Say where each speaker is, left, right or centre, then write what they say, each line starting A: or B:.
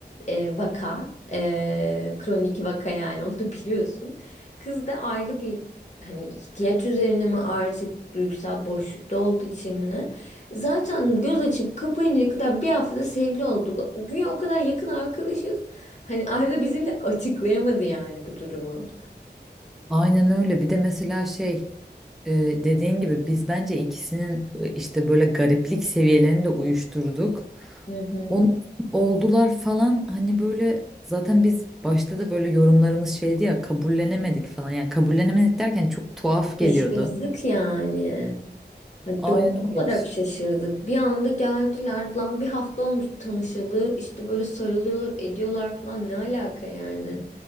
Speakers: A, on the left; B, in the centre.
A: e, vaka. E, kronik vaka yani <laughs> onu da biliyorsun. Kız da ayrı bir hani ihtiyaç üzerine mi artık duygusal boşlukta olduğu için mi ne? Zaten göz açıp kapayıncaya kadar bir haftada sevgili olduk. Güya o kadar yakın arkadaşız. Hani Arda bizi bile açıklayamadı yani bu durumu.
B: Aynen öyle. Bir de mesela şey e, dediğin gibi biz bence ikisinin e, işte böyle gariplik seviyelerini de uyuşturduk.
A: Hı hı.
B: Onun oldular falan hani böyle zaten biz başta da böyle yorumlarımız şeydi ya kabullenemedik falan. Yani kabullenemedik derken çok tuhaf geliyordu.
A: Şaşırdık yani. Hani
B: Aynen
A: doğal
B: öyle.
A: olarak şaşırdık. Bir anda geldiler. Lan bir hafta olmuş tanışalı. İşte böyle sarılıyorlar, ediyorlar falan. Ne alaka yani?